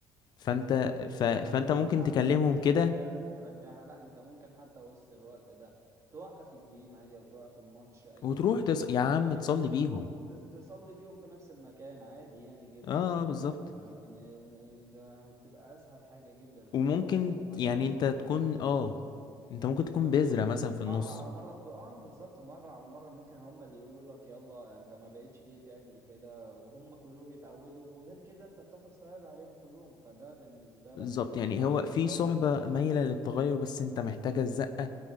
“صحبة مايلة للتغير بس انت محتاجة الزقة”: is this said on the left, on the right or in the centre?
Left